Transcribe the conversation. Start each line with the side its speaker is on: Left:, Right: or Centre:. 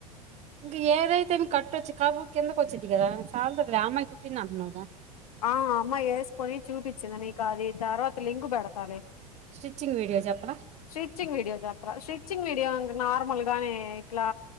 Right: ఇంక ఏదైతేందీ కట్టొచ్చి కాకపోతే కిందకి వచ్చిది కదా చాలంది అమ్మాయి కుట్టింది అంటున్నావుగా
Left: ఆ అమ్మాయి వేసుకొని చూపించింది నీకు అది తర్వాత లింకు పెడతాలే
Right: స్టిచింగ్ వీడియో చెప్పనా
Left: స్టిట్చింగ్ వీడియో చెప్పరా స్టిట్చింగ్ వీడియో ఇంగా నార్మల్ గానే ఇట్లా